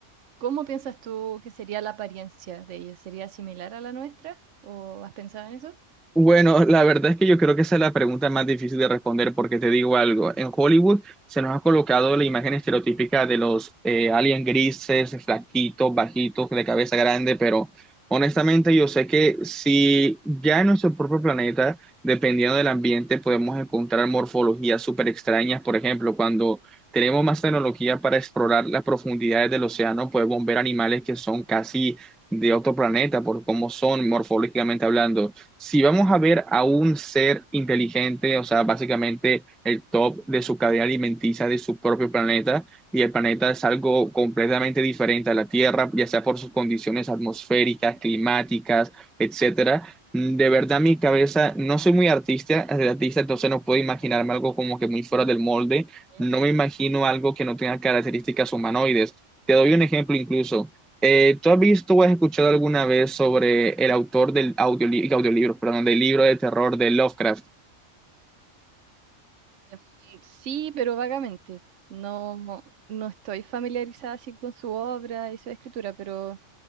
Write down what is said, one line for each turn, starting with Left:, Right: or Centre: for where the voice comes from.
Right: ¿cómo piensas tú que sería la apariencia de ellos? ¿Sería similar a la nuestra? ¿O has pensado en eso?
Centre: Bueno, la verdad es que yo creo que esa es la pregunta más difícil de responder porque te digo algo, en Hollywood se nos ha colocado la imagen estereotípica de los eh, aliens grises, flaquitos, bajitos, de cabeza grande, pero honestamente yo sé que si ya en nuestro propio planeta, dependiendo del ambiente, podemos encontrar morfologías súper extrañas, por ejemplo, cuando tenemos más tecnología para explorar las profundidades del océano, podemos ver animales que son casi de otro planeta por cómo son morfológicamente hablando si vamos a ver a un ser inteligente, o sea, básicamente el top de su cadena alimenticia de su propio planeta, y el planeta es algo completamente diferente a la Tierra, ya sea por sus condiciones atmosféricas, climáticas, etcétera. mm, De verdad, mi cabeza, no soy muy artista, artista, entonces no puedo imaginarme algo como que muy fuera del molde. No
Right: Ujú.
Centre: me imagino algo que no tenga características humanoides. Te doy un ejemplo incluso. Eh, ¿tú has visto o has escuchado alguna vez sobre el autor del audioli- audiolibro, perdón, del libro de terror de Lovecraft?
Right: Em, Sí, pero vagamente. No, no no estoy familiarizada así con su obra y su escritura, pero